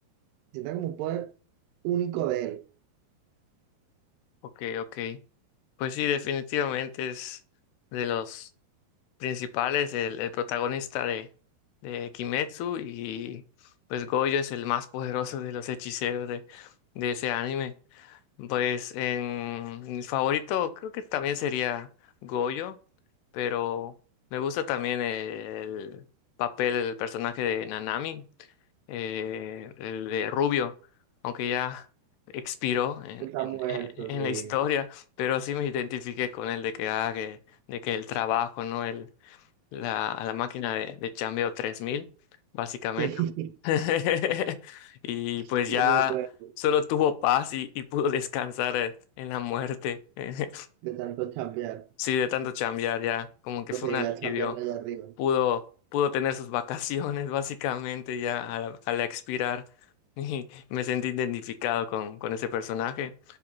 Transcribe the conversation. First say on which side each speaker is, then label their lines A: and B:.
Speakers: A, on the right; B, on the left.
A: sienta como un poder único de él.
B: Ok, ok. Pues sí, definitivamente es de los. principales, el, el protagonista de, de Kimetsu y pues Gojo es el más poderoso de los hechiceros de, de ese anime. Pues en mi favorito creo que también sería Gojo, pero me gusta también el papel, el personaje de Nanami, eh, el de Rubio, aunque ya expiró en,
A: Está
B: en-
A: muerto,
B: en
A: sí.
B: la historia, pero sí me identifiqué con él de que, ah, que- de que el trabajo, ¿no? la, a la máquina de, de chambeo 3000 básicamente.
A: Sí,
B: <laughs> Y
A: <laughs> sí
B: pues ya
A: me acuerdo
B: solo tuvo paz y, y pudo descansar eh, en la muerte. <laughs>
A: de tanto chambear,
B: Sí, de tanto chambear ya, como que fue
A: o seguirá
B: un alivio.
A: chambeando allá arriba.
B: Pudo, pudo tener sus vacaciones, básicamente, ya al, al expirar. <laughs> Y me sentí identificado con, con ese personaje.